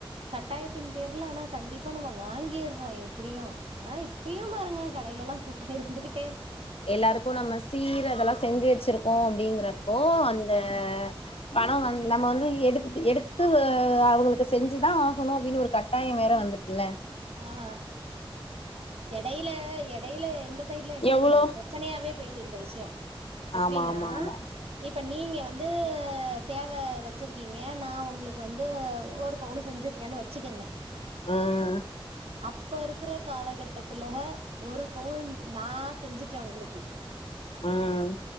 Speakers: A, on the right; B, on the left.
A: கட்டாயத்தின் பேர்ல ஆனா கண்டிப்பா நம்மோ வாங்கிர்றோ எப்டியு ஆனா இப்பியு பாருங்க கடைலல்லா கூட்டோ இருந்துகிட்
B: எல்லாருக்கு நம்ம சீர் அதெல்லா செஞ்சு வச்சிருக்கோ அப்டீங்ற போ அந்த பணோ வந் நம்ம வந்து எடுத்துட்டு எடுத்து அவுங்களுக்கு செஞ்சுதா ஆகணு அப்டின் ஒரு கட்டாய வேற வந்திர்க்கில்ல
A: ஆஹ் எடைல எடைலே எங்க சைடுல என்ன
B: எவ்ளோ
A: தெரிமா ஒரு பிரச்சனையாவே போய்ட்டு இந்த விஷ்யோ எப்டினா
B: ஆமா ஆமா ஆமா
A: இப்ப நீங்க வந்து தேவ வச்சிருக்கீங்க நா உங்குளுக்கு வந்து ஒரு பவுனு செஞ்சிருக்கேனு வச்சுக்கங்க
B: ஆஹ்
A: அப்ப இருக்ற காலகட்டத்துல ஒரு பவுன் நான் செஞ்சிட்ட உங்ளுக்கு
B: ஆஹ்